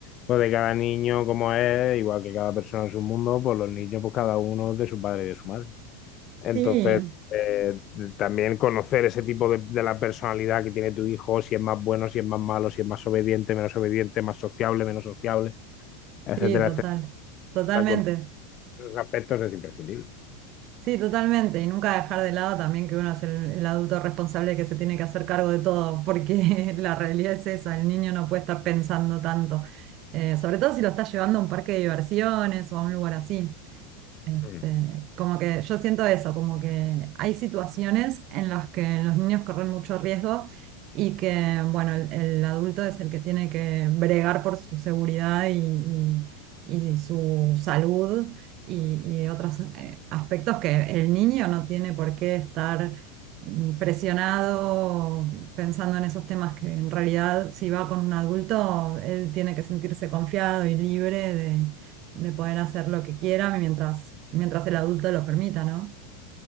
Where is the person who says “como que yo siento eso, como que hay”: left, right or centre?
Right